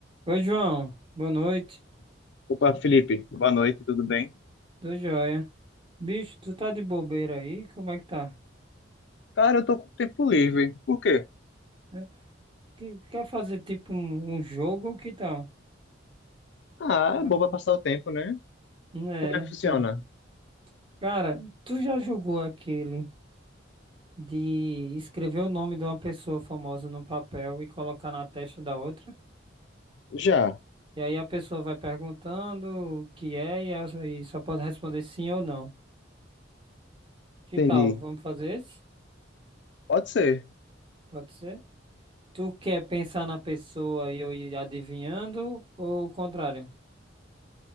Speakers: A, on the right; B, on the left.
A: Oi, João. Boa noite.
B: Opa, Felipe, boa noite, tudo bem?
A: Tô joia. Bicho, tu tá de bobeira aí? Como é que tá?
B: Cara, eu tô com tempo livre. Por quê?
A: É, que- Quer fazer tipo um, um jogo? Que tal?
B: Ah,
A: Dá
B: é bom
A: um...
B: pra passar o tempo, né?
A: É,
B: Como é
A: então.
B: que funciona?
A: Cara, tu já jogou aquele de escrever o nome de uma pessoa famosa no papel e colocar na testa da outra?
B: Já,
A: E aí a pessoa vai perguntando o que é e as- e só pode responder sim ou não. Que
B: entendi.
A: tal? Vamos fazer esse?
B: Pode ser.
A: Pode ser? Tu quer pensar na pessoa e eu ir adivinhando ou o contrário?